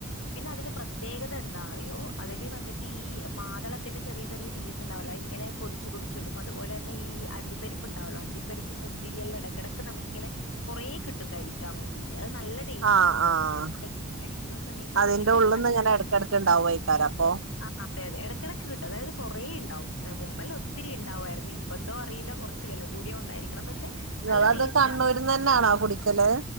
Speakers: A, on the left; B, on the right.
A: പിന്നെ അതില് പ്രത്യേകത എന്താ അറിയോ അതില് വന്നിട്ട് ഈ മാതളത്തിന്റെ ചെറിയ ചെറിയ പീസ് ഉണ്ടാവൂലോ അയിങ്ങനെ പൊടിച്ച് പൊടിച്ച് ഇടും അതുപോലെ തന്നെ ഈ അണ്ടിപ്പരിപ്പ് ഉണ്ടാവല്ലോ അണ്ടിപ്പരിപ്പും മുന്തിരിയെല്ല എടക്കെടക്ക് നമുക്കിങ്ങനെ കൊറേ കിട്ടും കഴിക്കാൻ വേണ്ടിട്ട് അത് നല്ല ടേസ്റ്റാ
B: ആഹ്
A: അപ്പ
B: ആഹ്
A: <unintelligible> കഴിക്കുന്ന സമയത്ത്
B: അതിന്റെ
A: അത് കിട്ടുമ്പോ
B: ഉള്ളുന്ന് ങ്ങനെ ഇടക്കിടക്കുണ്ടാവായ്ക്കാരം അപ്പൊ
A: ആഹ് അതെ അതെ ഇടക്കിടക്ക് കിട്ടും അതായത് കുറേ ഇണ്ടാവും മുമ്പല്ല ഒത്തിരി ഇണ്ടാവ്വായിരുന്നീ ഇപ്പൊന്തോ അറിയില്ല കൊറച്ച് വെല കൂടിയോണ്ടായിരിക്കണം പക്ഷെ
B: നിങ്ങളത്
A: നല്ല ടേസ്റ്റാ
B: കണ്ണൂരിന്ന് തന്നാണോ കുടിക്കല്